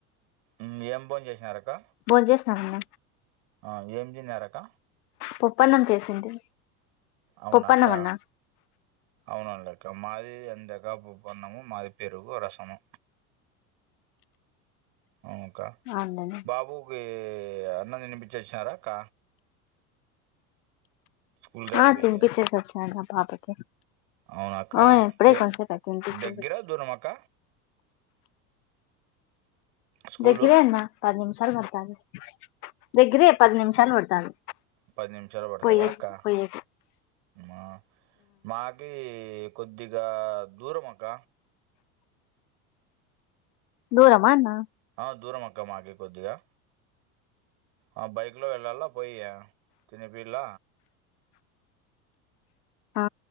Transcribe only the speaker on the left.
భోన్‌ చేసినము అన్న
పప్పన్నం చేసింది
పప్పన్నం అన్నా
అందనే <unintelligible>
ఆ
తినిపిచేసి వచ్చాను పాపకి
ఆ ఇప్పుడే
కొంతసేపు అయి తినిపించేసి
వచ్చి
దగ్గిరేన్నా పది నిమిషాలు పడతాది దగ్గరే పది నిమిషాలు పడతాది
పయచి
పోయ
దూరమా అన్నా
ఆ